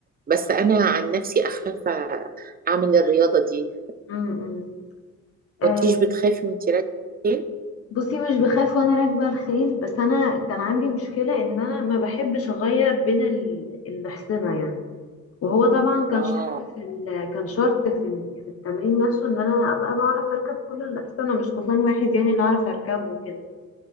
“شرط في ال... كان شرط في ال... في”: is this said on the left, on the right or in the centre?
Left